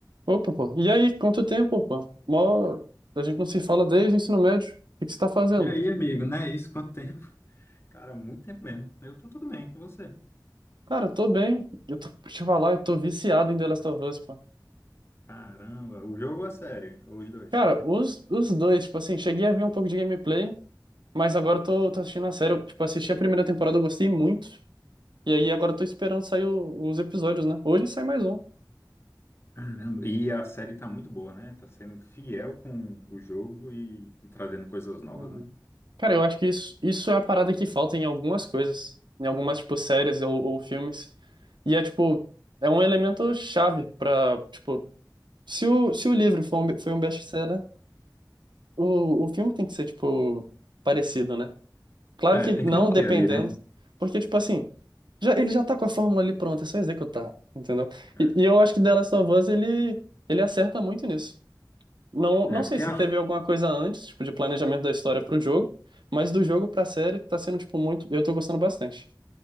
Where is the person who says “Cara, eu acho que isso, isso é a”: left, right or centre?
Right